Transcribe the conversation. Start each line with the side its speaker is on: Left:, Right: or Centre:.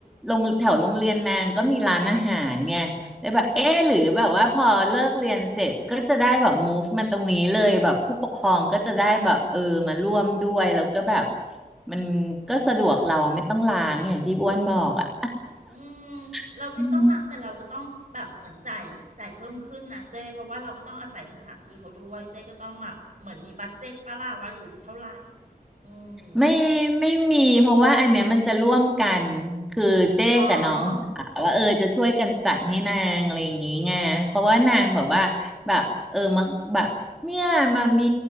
Centre: โรงแถวโรงเรียนนางก็มีร้านอาหารไงเลยแบบเอ๊ะหรือแบบว่าพอเลิกเรียนเสร็จก็จะได้แบบ move มาตรงนี้เลยแบบผู้ปกครองก็จะได้แบบเออมาร่วมด้วยแล้วก็แบบมันก็สะดวกเราไม่ต้องล้างอย่างที่อ้วนบอกอะ
Right: อืม
Centre: <laughs>
Right: เราไม่ต้องล้างแต่เราก็ต้องแบบเหมือนจ่ายจ่ายเพิ่มขึ้นนะเจ้เพราะว่าเราก็ต้องอาศัยสถานที่เขาด้วยเจ้ก็ต้องแบบเหมือนมีบัดเจ็ตปะล่ะว่าอยู่ที่เท่าไหร่
Centre: อืม
Right: อืม
Centre: ไม่ไม่มีเพราะว่าอันเนี้ยมันจะร่วมกันคือเจ๊กับน้องสาวว่าเออจะช่วยกันจัดให้นางอะไรอย่างงี้ไงเพราะว่านางแบบว่าแบบเออมาแบบเนี่ยมามี
Right: อ๋อ